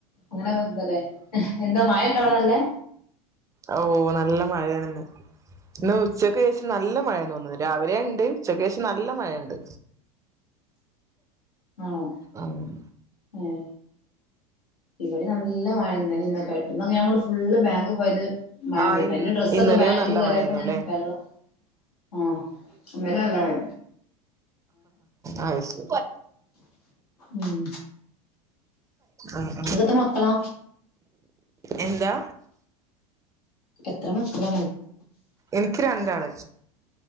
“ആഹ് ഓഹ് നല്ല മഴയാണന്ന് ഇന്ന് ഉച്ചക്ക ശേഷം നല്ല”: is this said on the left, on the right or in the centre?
Right